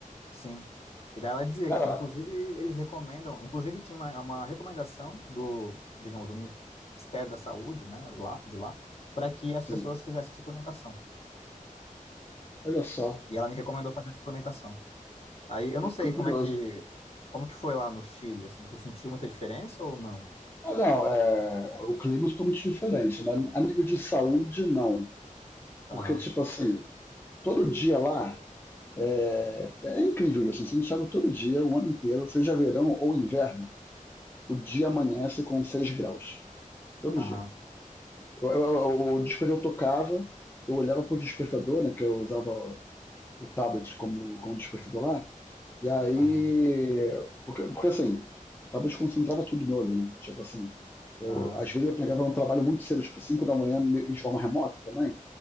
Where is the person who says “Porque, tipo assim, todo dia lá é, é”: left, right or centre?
Left